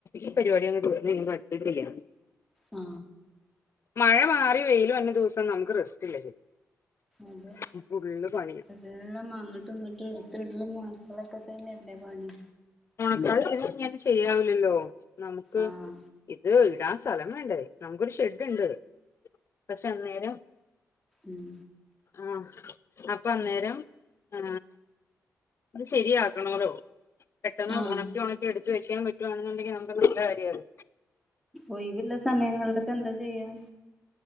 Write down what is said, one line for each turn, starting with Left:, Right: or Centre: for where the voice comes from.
Left: ഈ പരിപാടി അങ് ത്ർന്ന് കഴിഞ്ഞ്ട്ട് അടുത്തചെയ്യാ
Centre: ആ
Left: മഴ മാറി വെയിലും വന്ന ദിവസം നമുക്ക് റെസ്റ്റ് ഇല്ല
Centre: അതെ
Left: ശരിക്കും ഫുള്ള് പണിയാ
Centre: അത് അങ്ങോട്ടും ഇങ്ങോട്ടും എടുത്ത്ടലും ഒണക്ക ലൊക്കെ തന്നെ ല്ലേ പണി
Left: ണക്ക <inaudible> ശരിയ്യാവില്ലല്ലോ നമുക്ക്
Centre: ആഹ്
Left: ഇത് ഇടാൻ ആ സ്ഥലം വേണ്ടേ നമക്കൊരു ഷെഡ്ണ്ട് പക്ഷെ അന്നേരം
Centre: ഉം
Left: ആഹ അപ്പൊ അന്നേരം ആ അത് ശെരിയാക്കണോലോ പെട്ടെന്ന്
Centre: ആഹ്
Left: ണക്കി ഒണക്കി എടുത്ത് വെക്കാൻ പറ്റുവാണെന്നുണ്ടങ്കിൽ നമുക്ക് നല്ല കാര്യല്ലോ
Centre: ഒയിവുള്ള സമയങ്ങളിലൊക്കെ എന്താ ചെയ്യാ